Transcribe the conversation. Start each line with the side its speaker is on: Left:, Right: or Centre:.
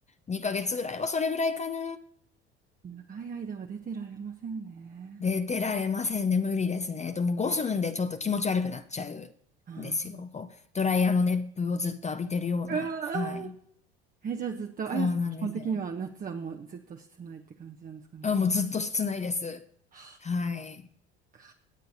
Left: 2ヶ月ぐらいはそれぐらいかな。
Right: 長い間は出てられませんね。
Left: で、出られませんね。無理ですね。えっと、もう5分でちょっと気持ち悪くなっちゃうんですよ。
Right: あー
Left: こう、ドライヤーの熱風をずっと浴びてるような。
Right: うわ
Left: はい。
Right: ーえ、じゃあずっと、
Left: そうなんですよ。
Right: あやさん基本的には夏はもうずっと室内って感じなんですかね。
Left: あ、もうずっと室内です。
Right: は
Left: はい。
Right: あか